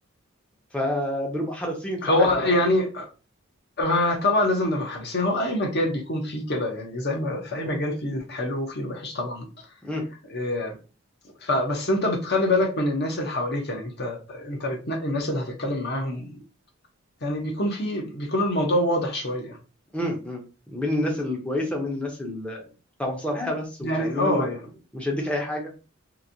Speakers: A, in the centre; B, on the left (about 50°).
A: فبنبقى حريصين ساعات
B: هو
A: يعني
B: يعني آه، طبعا لازم نبقى حريصين هو أي مجال بيكون فيه كده يعني زي ما في أي مجال فيه الحلو وفيه الوحش طبعا
A: مم.
B: آه، فبس انت بتخلي بالك من الناس اللي حواليك يعني انت انت بتنقي الناس اللي هتتكلم معاهم يعني بيكون في بيكون الموضوع واضح شوية
A: مم. مم. من الناس الكويسه ومن الناس ال- بتاع مصالحه بس ومش
B: يعني
A: عايزين
B: اه
A: منك
B: يعني
A: مش هديك اي حاجه